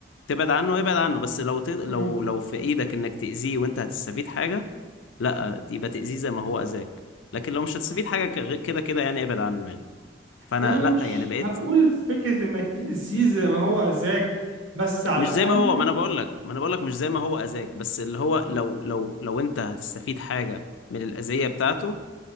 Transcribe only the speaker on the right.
مم.
انا مش
هقول فكرة انك تأذيه زي ما هو اذاك بس على
الاقل